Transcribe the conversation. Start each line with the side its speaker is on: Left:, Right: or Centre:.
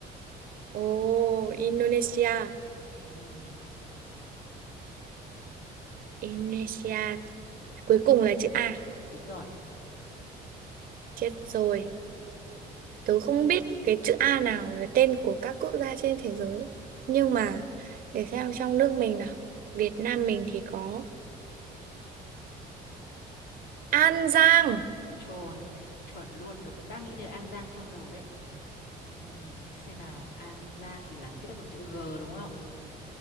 Right: ồ Indonesia
Left: Ừ,
Right: Indonesia cuối cùng là chữ A
Left: đúng rồi.
Right: chết rồi tớ không biết cái chữ A nào là tên của các quốc gia trên thế giới nhưng mà để xem trong nước mình nào Việt Nam mình thì có An Giang
Left: Trời, chuẩn luôn, tớ cũng đang nghĩ đến An Giang trong đầu đấy. Ừ, xem nào, An Giang thì là kết thúc bằng chữ G đúng không?